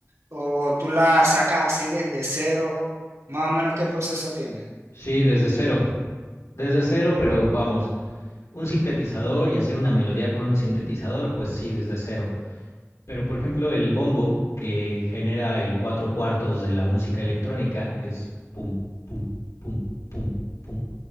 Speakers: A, on the right; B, on the left.
A: o tú la sacas así desde cero, más o menos qué proceso tiene.
B: Sí, desde cero, desde cero, pero vamos, un sintetizador y hacer una melodía con un sintetizador, pues sí, desde cero. Pero por ejemplo, el bombo, que genera el cuatro cuartos de la música electrónica, es pum, pum, pum, pum, pum,